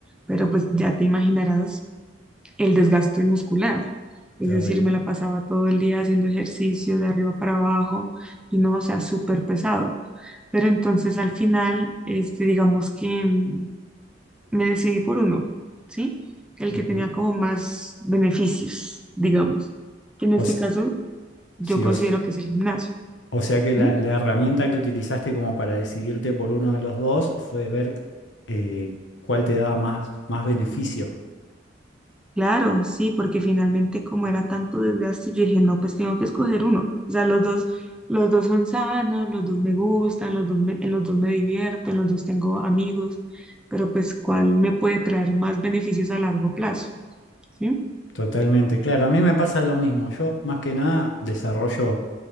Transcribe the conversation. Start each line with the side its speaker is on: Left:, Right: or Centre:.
Centre: Pero pues ya te imaginarás el desgaste muscular. Es
Left: Terrible.
Centre: decir, me la pasaba todo el día haciendo ejercicio de arriba para abajo y no, o sea, súper pesado. Pero entonces al final, este, digamos que mm, me decidí por uno, ¿sí? El
Left: Ujú.
Centre: que tenía como más beneficios, digamos, que en este
Left: O, s-
Centre: caso yo
Left: sí,
Centre: considero
Left: o s-
Centre: que es el gimnasio.
Left: o sea que la,
Centre: ¿m?
Left: la herramienta que utilizaste como para decidirte por uno de los dos fue ver eh, cuál te daba más, más beneficio.
Centre: Claro, sí, porque finalmente como era tanto desgaste, yo dije, no, pues tengo que escoger uno. O sea, los dos, los dos son sanos, los dos me gustan, los dos me- en los dos me divierto, en los dos tengo amigos, pero pues ¿cuál me puede traer más beneficios a largo plazo? ¿Sí?
Left: Totalmente, claro. A mí me pasa lo mismo. Yo más que nada desarrollo